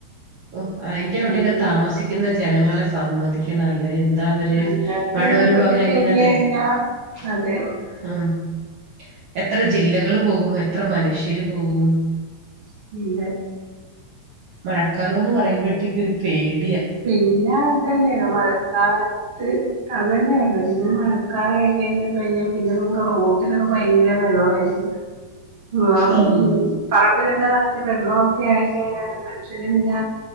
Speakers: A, on the right (about 70°); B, on the right (about 50°).
A: ഓ, അയിന്റെ അവിടെയൊക്കെ
B: അതെ. ഉം അത്
A: താമസിക്കുന്ന ജനങ്ങളെ സമ്മതിക്കണം അല്ലേ? <unintelligible> അവര്.
B: അതൊക്കെ
A: മഴ
B: ഒന്ന്
A: വരുമ്പോ
B: പൊട്ടിക്കഴിഞ്ഞ്
A: അവരെങ്ങനെ
B: കഴിഞ്ഞാ
A: <unintelligible>
B: അതെ
A: എത്ര ജില്ലകള് പോകും? എത്ര മനുഷ്യര് പോകും?
B: <unintelligible>
A: മഴക്കാലം എന്ന് പറയുമ്പോഴത്തേക്ക് ഒരു പേടി.
B: പിന്നെ അതന്നെയാണ്. മഴക്കാലത്ത് അത് തന്നെയാണ്. പിന്നെ മഴക്കാലായി കഴിഞ്ഞാൽ <unintelligible> പിന്നെ നമുക്ക് റോട്ടിലൊക്കെ ഭയങ്കര വെള്ളംമായിരിക്കും. ആ
A: ആഹ്
B: പറമ്പിൽ ക്കെ വെള്ളൊക്കെ ആയിഴിഞ്ഞാലും മനുഷ്യന് പിന്ന